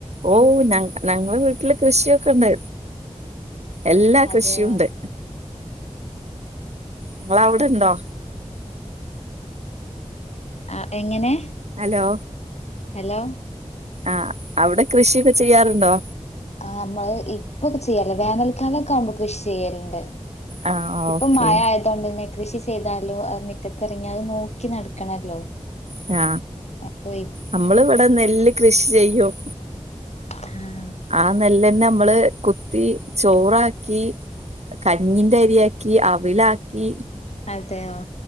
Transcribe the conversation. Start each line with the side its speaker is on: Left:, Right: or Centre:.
Right: ഓ ഞ ഞങ്ങള് വീട്ടില് കൃഷിയൊക്കെ ഒണ്ട്. എല്ലാ കൃഷീ
Left: അതെ
Right: ഉണ്ട്. നിങ്ങള അവിടെണ്ടോ?
Left: അ എങ്ങനെ?
Right: ഹലോ?
Left: ഹലോ?
Right: ആഹ് അവ്ടെ കൃഷിയൊക്കെ ചെയ്യാറ്ണ്ടോ?
Left: ആഹ് മ്മള് ഇപ്പൊക്കെ ചെയ്യൽല്ല വേനൽ ക്കാലൊക്കെ ആവുമ്പോ കൃഷി ചെയ്യല്ണ്ട്
Right: ആഹ്
Left: ഇപ്പം
Right: ഓക്കെ
Left: മഴയാ താേണ്ടെന്നെ കൃഷി ചെയ്താലും അത് മിറ്റത്തെർങ്ങി അത് നോക്കി നട്ക്കണല്ലോ
Right: ആ
Left: അപ്പോയി
Right: നമ്മള് ഇവിടെ നെല്ല് കൃഷി ചെയ്യും.
Left: ആ
Right: ആ നെല്ലന്നെ നമ്മള് കുത്തി ചോറാക്കി കഞ്ഞീന്റെ അരിയാക്കി. അവിലാക്കി.
Left: അതെയോ?